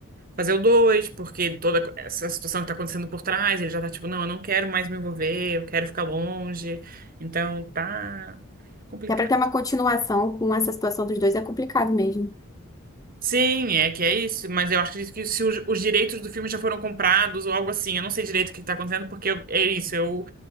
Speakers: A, on the right; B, on the left.
A: fazer o dois, porque toda co- essa situação que tá acontecendo por trás, ele já tá tipo, não, eu não quero mais me envolver, eu quero ficar longe. Então tá complicado.
B: Dá para ter uma continuação com essa situação dos dois, é complicado mesmo.
A: Sim, é que é isso, mas eu acho que se os, os direitos do filme já foram comprados ou algo assim, eu não sei direito o que tá acontecendo, porque eu- é isso, eu,